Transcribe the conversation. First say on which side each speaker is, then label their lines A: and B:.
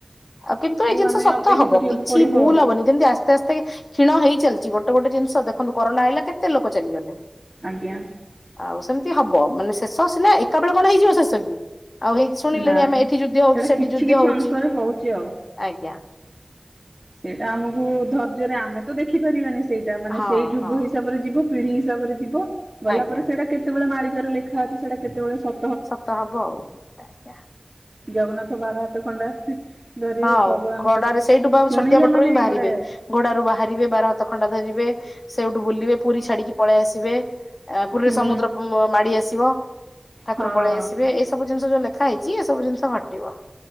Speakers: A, on the left; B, on the right.
A: ଆଉ କିନ୍ତୁ ଏଇ ଜିନିଷ
B: ଆମେ
A: ସତ
B: ଅପେକ୍ଷା
A: ହବ,
B: କରିବାକୁ
A: କିଛି
B: ପଡିବ
A: ଭୁଲ
B: ଆଉ
A: ହବନି। ଯେମିତି ଆସ୍ତେ ଆସ୍ତେ କ୍ଷଣ ହେଇ ଚାଲିଛି, ଗୋଟେ ଗୋଟେ ଜିନିଷ ଦେଖନ୍ତୁ କରୋନା ଆଇଲା କେତେ ଲୋକ ଚାଲିଗଲେ।
B: ଆଜ୍ଞା।
A: ଆଉ ସେମିତି ହବ, ମାନେ ଶେଷ ସିନା ଏକା ବେଳେ କଣ ହେଇଯିବ ଶେଷ କି? ଆଉ ହେଇ ଶୁଣିଲେଣି
B: ନାଇଁ
A: ଆମେ ଏଠି ଯୁଦ୍ଧ ହଉଛି
B: ସେଇଟା
A: ସେଠି
B: କିଛି
A: ଯୁଦ୍ଧ
B: କିଛି
A: ହଉଛି।
B: ଅଂଶରେ ହଉଛି ଆଉ।
A: ଆଜ୍ଞା।
B: ସେଇଟା ଆମକୁ ଧୈର୍ଯ୍ୟରେ, ଆମେ ତ ଦେଖିପାରିବାନି? ସେଇଟା, ମାନେ
A: ହଁ
B: ସେଇ ଯୁଗ
A: ହଁ।
B: ହିସାବରେ ଯିବ, ପିଢି ହିସାବରେ ଯିବ, ଗଲା
A: ଆଜ୍ଞା
B: ପରେ ସେଇଟା କେତେ କେତେବେଳେ ମାଳିକାରେ ଲେଖା ଅଛି। ସେଇଟା କେତେବେଳେ ସ
A: ସତ ହବ ଆଉ। ଆଜ୍ଞା
B: ଜଗନ୍ନାଥ ବାର ହାତ ଖଣ୍ଡା ଧରିବେ।
A: ହଁ
B: ଭଗବାନ
A: ଘୋଡାରେ
B: ସେଟା
A: ସେଇଠୁ ବା
B: ଶୁଣିଲେ
A: ଛତିଆ ବଟରୁ
B: ମାନେ
A: ହିଁ ବାହାରିବେ।
B: ଗୋଟେ
A: ଘୋଡାରୁ ବାହାରିବେ, ବାର ହାତ ଖଣ୍ଡା ଧରିବେ, ସେଇଠୁ ବୁଲିବେ, ପୁରୀ ଛାଡିକି ପଳେଇ ଆସିବେ, ଏ ପୁରୀରେ
B: ହୁଁ
A: ସମୁଦ୍ର ମାଡି ଆସିବ, ଠାକୁର
B: ହଁ
A: ପଳେଇ ଆସିବେ, ଏଇ ସବୁ ଜିନିଷ ଯୋଉ ଲେଖା ହେଇଛି ଏ ସବୁ ଜିନିଷ ହଟିବ।